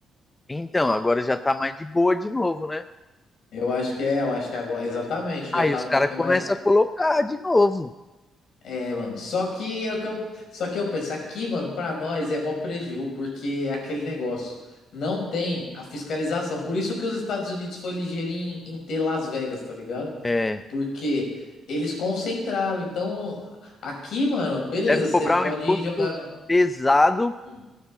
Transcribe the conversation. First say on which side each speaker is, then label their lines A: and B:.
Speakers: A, on the left; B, on the left.
A: Então, agora já tá mais de boa de novo, né?
B: Eu acho que é, eu acho que agora, exatamente,
A: Aí
B: já tá
A: os
B: um
A: caras
B: pouquinho
A: começam
B: mais.
A: a colocar de novo.
B: É, mano, só que é o que eu, só que eu penso aqui, mano, pra nós é mó preju, porque é aquele negócio não tem a fiscalização. Por isso que os Estados Unidos foi ligeiro em, em ter Las Vegas, tá ligado?
A: É,
B: Porque eles concentraram. Então, aqui, mano, beleza,
A: deve
B: você
A: cobrar
B: pode
A: um imposto
B: jogar no...
A: pesado,
B: Hum.